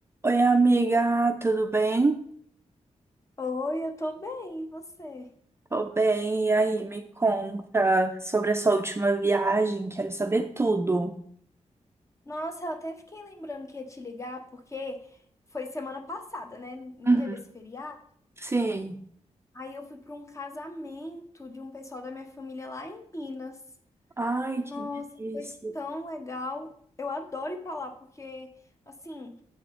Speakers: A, on the right; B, on the left.
A: Oi, amiga, tudo bem?
B: Oi, eu tô bem, e você?
A: Tô bem, e aí, me conta sobre a sua última viagem, quero saber tudo.
B: Nossa, eu até fiquei lembrando que ia te ligar porque foi semana passada, né? Não
A: Uhum.
B: teve esse feriado.
A: Sim.
B: Aí eu fui pra um casamento de um pessoal da minha família lá em Minas.
A: Ai,
B: Nossa,
A: que delícia.
B: foi tão legal. Eu adoro ir pra lá porque, assim,